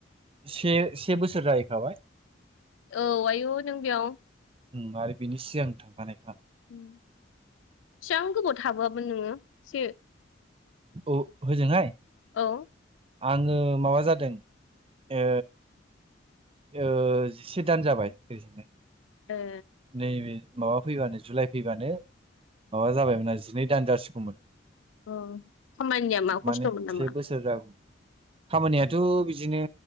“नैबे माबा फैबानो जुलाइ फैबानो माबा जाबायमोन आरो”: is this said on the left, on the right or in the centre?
Right